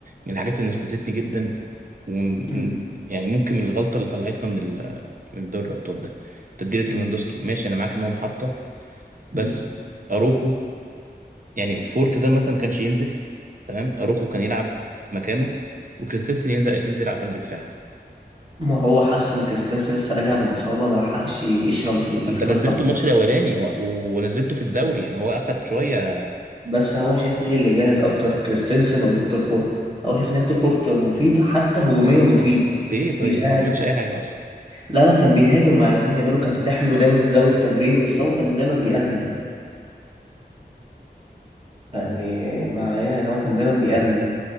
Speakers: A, on the right; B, on the right.
A: من الحاجات اللي نرفزتني جدا ومن-
B: مم.
A: يعني ممكن من الغلطه اللي طلعتنا من ال من دوري الابطال ده تبديلة ليفاندوسكي
B: مم.
A: ماشي انا معاك ان هو محطة بس
B: مم.
A: اروخو يعني فورت ده مثلا ما كانش ينزل تمام اروخو كان يلعب مكانه وكريستنسن ينزل ينزل يلعب قلب دفاع
B: ما هو حس ان كريستيانسي لسه راجع من اصابة ما لحقش يشرب الخطة
A: ما انت نزلته
B: بتاعته
A: الماتش الاولاني و... و- ونزلته في الدوري يعني هو اخد شوية
B: بس هو شايف مين اللي جاهز اكتر كريستنسن ولا هيكتور فورت هو شايف ان هيكتور فورت مفيد حتى هجوميا مفيد
A: في ايه طيب
B: بيساعد
A: انا ما عملتش اي حاجة اصلا
B: لا لا كان بيهاجم مع لامين يامال وكان فاتح له دايما زاوية التمرير بس هو كان دايما بيأنن يعني معايا يعني هو كان دايما بيأنن